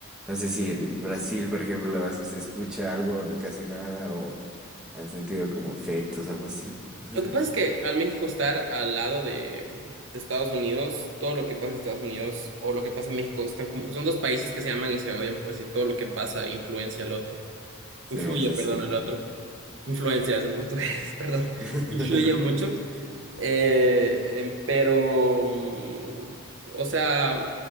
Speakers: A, in the centre; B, on the right.
A: No sé si en Brasil, por ejemplo, vas- se escucha algo, no casi nada, o han sentido como efectos o algo así. <laughs>
B: Lo que pasa es que al México estar al lado de, de Estados Unidos, todo lo que pasa en Estados Unidos o lo que pasa en México están como, son dos países que se aman y se odian, pues, y todo lo que pasa influencia al otro,
A: Sí,
B: influye,
A: sí,
B: perdón,
A: sí.
B: al otro. influencias en portugués, <laughs> perdón,
A: <laughs>
B: influye mucho, eh, em, pero, mm, o sea,